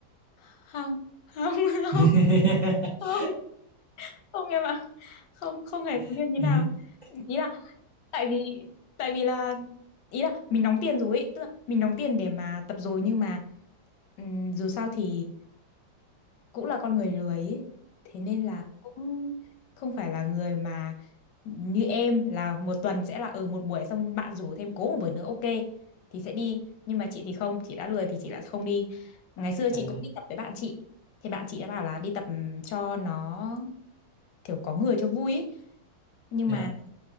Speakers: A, on the left (about 70°); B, on the right (about 65°).
A: không không <laughs> không
B: <laughs>
A: không không em ạ không không hề động viên
B: <laughs>
A: tí nào ý là tại vì tại vì là ý là mình đóng tiền rồi ý. tức là mình đóng tiền để mà tập rồi nhưng mà ừm, dù sao thì cũng là con người lười ý. Thế nên là cũng không phải là người mà như em là một tuần sẽ là ừ một buổi xong bạn rủ thêm cố một buổi nữa ok thì sẽ đi nhưng mà chị thì không chị đã lười thì chị lại không đi ngày xưa
B: à,
A: chị cũng đi tập với bạn chị thì bạn chị đã bảo là đi tập cho nó kiểu có người cho vui ý. nhưng
B: dạ.
A: mà